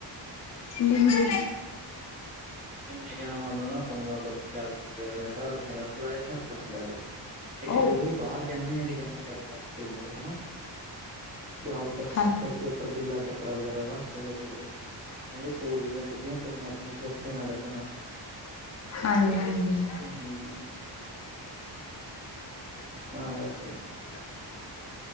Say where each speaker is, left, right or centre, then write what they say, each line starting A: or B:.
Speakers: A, on the left; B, on the right.
A: ਨਿੰਬੂ
B: ਇੰਨ ਕਿ ਨਾ ਮੰਨੱਲ ਨਾ ਆਪਣ ਮੰਨ ਲ ਕਰਰ ਜਿਹੜਾ ਅਸਰ ਹੈ ਥੋੜਾ ਜਿਹਾ ਘੱਟ ਹੁੰਦਾ ਹੈਗਾ, ਇੱਕ
A: ਉਹ
B: ਜਦੋਂ ਵੀ ਬਾਹਰ ਜਾਂਦੇ ਆਗੇ ਜਾਂ ਸਿਰ ਢੱਕ ਕੇ ਜਾਓ ਹਨਾ ਜਾਂ ਉੱਪਰ ਸਿਰ
A: ਹਾਂ
B: ਦੇ ਉੱਪਰ ਗਿੱਲਾ ਕੱਪੜਾ ਕੱਪੜਾ ਵਗੈਰਾ ਰੱਖ ਕੇ ਲੈ ਕੇ ਜਾਓ ਤਾਂ ਕਿ ਸੂਰਜ ਦੀਆਂ ਸਿੱਧੀਆਂ ਕਿਰਨਾ ਆਪਣੇ ਸਿਰ ਤੇ ਨਾਲ ਲੱਗਣਾ
A: ਹਾਂਜੀ-ਹਾਂਜੀ।
B: ਹੂੰ ਤਾਂ ਕਰਕੇ।
A: <inaudible>